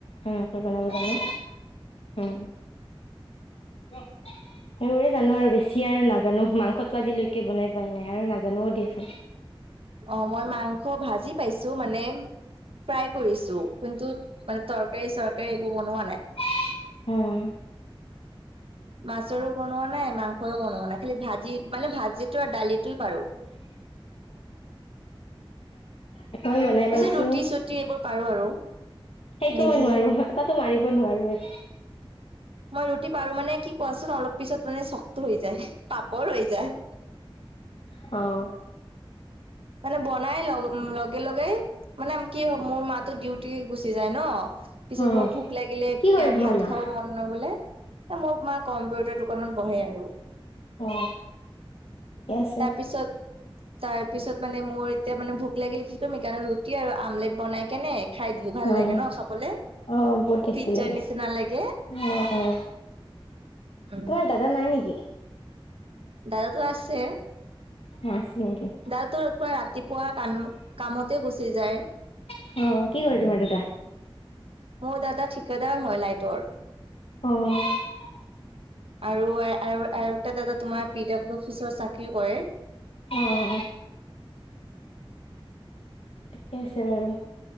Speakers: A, on the left; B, on the right.
A: হেনেক বনাব
B: আচ্ছা
A: জানো। অ ৰহ। সেইবোৰে জানো আৰু বেছি আৰু নাজানো মাংসটো আজিলৈকে বনাই পোৱাই নাই আৰু নাজানোও দিয়াচোন <unintelligible>
B: অ মই মাংস ভাজি পাইছো মানে ফ্ৰাই কৰিছো। কিন্তুত মানে তৰকাৰী চৰকাৰী এইবোৰ বনোৱা নাই।
A: বে, উম।
B: মাছৰো বনোৱা নাই, মাংসৰো বনোৱা নাই, খালি ভাজি মানে ভাজিটো আৰু দালিটোৱে পাৰো
A: অ। মই বনাই পাইছো
B: পিছত ৰুটি চুটি এইবোৰ পাৰো আৰু
A: সেইটো
B: মেগী
A: মই নোৱাৰো আতাতো মাৰিব নোৱাৰো এ
B: মই ৰুটি পাৰো মানে কি কোৱাচোন অলপ পিছত মানে চক্ত হৈ যায়, পাপৰ হৈ যায়।
A: অ।
B: মানে বনাই লগ লগে লগেই মানে কি হয় মোৰ মা টো ডিউটি টি গুচি যায় ন পিছত
A: উম,
B: মোৰ ভোক লাগিলে
A: কি কৰে তোমাৰ
B: ভাত
A: মা?
B: খাব মন নগলে মোৰ মা কম্পিউটাৰ দোকানত বহে আৰু।
A: অ, ঠিকে আছে।
B: তাৰপিছত, তাৰপিছত মানে মোৰ এতিয়া মানে ভোক লাগিলে কি কৰিম কাৰণে ৰুটি আৰু আমলেট বনাই কেনে খাই দিও,
A: অ',
B: ভাল লাগে ন খাবলে?
A: অ বহুত টেষ্টি
B: পিজ্জাৰ
A: লাগে
B: নিচিনা লাগে
A: অ, অ
B: উম
A: তোমাৰ
B: উ।
A: দাদা নাই নেকি?
B: দাদাটো আছে।
A: অ আছে নেকি?
B: দাদাটো ৰাতিপুৱা কাম কামতে গুচি যায়।
A: অ অ কি কৰে তোমাৰ দাদা?
B: মোৰ দাদা ঠিকাদাৰ হয় লাইটৰ।
A: অ অ মে এ এ এ এ
B: আৰু আৰু আৰু এটা দাদা তোমাৰ পি ডাব্লিউ অফিচৰ চাকৰি কৰে।
A: অ', ঠিকে আছে বাৰু।